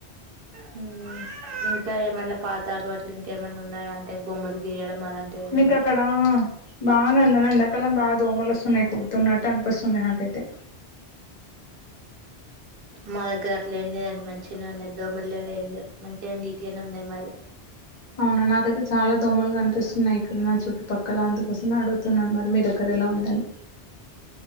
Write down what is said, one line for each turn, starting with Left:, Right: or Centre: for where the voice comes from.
Right: హుమ్ ఇంకా ఏమన్నా పాతాఅలవాట్లు ఇంకేమన్నా ఉన్నాయా అంటే బొమ్మలు గీయడం అలాంటివి ఏమన్నా
Left: మీకక్కడ బాగానే ఉంద ఎండాకాలం బా దోమసోస్తున్నాయ్ కుడుతున్నట్టు అన్పిస్తుంది నాకైతే
Right: మా దగ్గర అట్లే ఏం లేదండి మంచిగానే ఉన్నాయి. దోమలులేేవు ఏమో లెవ్ మంచిగానే నీటిగానే ఉన్నాది మాది.
Left: అవునా నాకైతే చాలా దోమలు కనిపిస్తున్నాయి. ఇక్కడ నా చుట్టుపక్కల అందుకోసమే అడుగుతున్నాను మరి మీ దగ్గర. ఎలా ఉందని